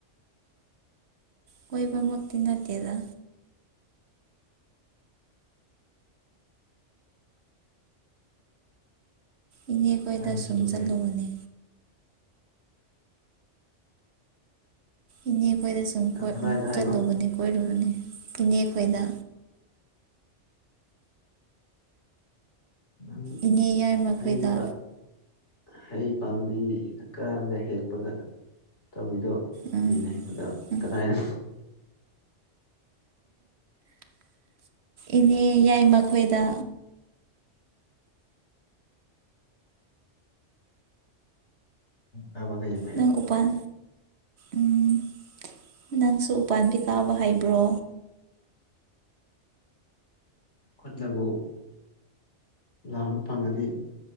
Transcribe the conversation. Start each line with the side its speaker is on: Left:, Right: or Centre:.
Right: ꯀꯣꯏꯕꯃꯛꯇꯤ ꯅꯠꯇꯦꯗ ꯏꯅꯦ ꯈꯣꯏꯗ
Left: ꯀꯗꯥꯏꯗ ꯆꯠꯂꯨꯒꯦ
Right: ꯁꯨꯝ ꯆꯠꯂꯨꯕꯅꯦ ꯏꯅꯦ ꯈꯣꯏꯗ ꯁꯨꯝ
Left: ꯀꯗꯥꯏꯗ ꯍꯥꯏꯕ
Right: ꯆꯠꯂꯨꯕꯅꯤ ꯀꯣꯏꯔꯨꯕꯅꯦ ꯏꯅꯦ ꯈꯣꯏꯗ
Left: ꯑꯗꯨꯪ
Right: ꯏꯅꯦ ꯌꯥꯏꯃꯈꯣꯏꯗ
Left: ꯍ ꯄ ꯍꯩ ꯄꯥꯝꯕꯤ ꯀꯥꯔꯒ ꯍꯦꯛꯄꯒ ꯇꯧꯕꯤꯗꯣ
Right: ꯎꯝ
Left: ꯎꯕꯤꯅꯦ ꯑꯗ
Right: ꯎꯝ
Left: ꯀꯗꯥꯏꯗ
Right: ꯏꯅꯦ ꯌꯥꯏ ꯃꯈꯣꯏꯗ
Left: ꯑꯣ ꯀ ꯀꯩ
Right: ꯅꯪ ꯎꯄꯥꯟ ꯎꯝ ꯅꯪꯁꯨ ꯎꯄꯥꯥꯟꯕꯤꯤ ꯀꯥꯕ ꯍꯥꯏꯕ꯭ꯔꯣ
Left: ꯈꯨꯣꯠꯅꯕꯨ ꯂꯥꯝꯕ ꯐꯪꯉꯗꯤ